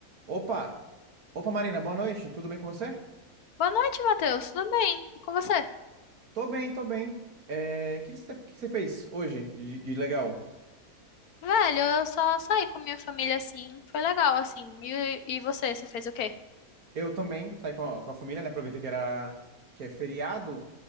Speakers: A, on the right (about 75°); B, on the left (about 75°).
A: Opa! Opa, Marina, boa noite. Tudo bem com você?
B: Boa noite, Matheus. Tudo bem? E com você?
A: Tô bem, tô bem. É, O que que você, que que você fez hoje de, de legal?
B: Velho, eu só saí com minha família assim. Foi legal, assim. E, e você, você fez o quê?
A: Eu também saí com a, com a família, né? Aproveitei que era que é feriado.